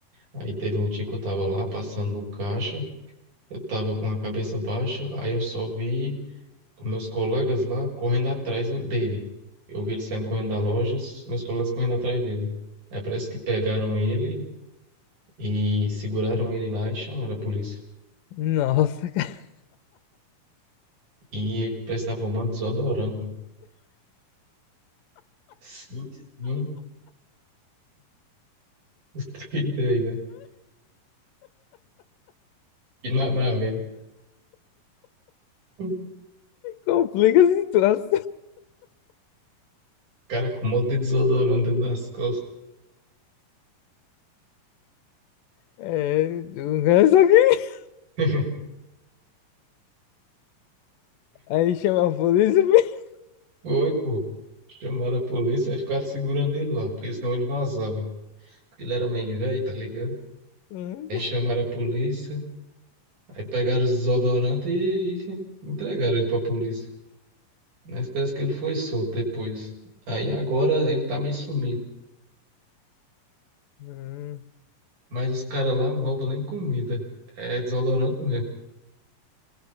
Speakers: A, on the right; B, on the left.
A: Aí teve um dia que eu tava lá passando no caixa, eu tava com a cabeça baixa, aí eu só vi os meus colegas lá correndo atrás do- dele. Eu vi ele saindo correndo da loja, os meus colegas correndo atrás dele. Aí parece que pegaram ele e seguraram ele lá e chamaram a polícia.
B: Nossa, <laughs> cara,
A: E ele parece que tava arrumando desodorante. mano. Sim, sim, <laughs> Que doido, né? E nada a ver. O
B: complica a situação.
A: cara com um monte de desodorante dentro das calças.
B: É, o cara só que.
A: <laughs>
B: Aí chama a polícia. <laughs>
A: Foi, pô. Chamaram a polícia e ficaram segurando ele lá, porque senão ele vazava. Ele era meio velho, tá ligado?
B: Hum,
A: Aí chamaram a polícia, aí pegaram os desodorantes e e entregaram ele pra polícia. Mas parece que ele foi solto depois. Aí agora ele tá meio sumido.
B: hum.
A: Mas os caras lá não roubam nem comida. É desodorante mesmo.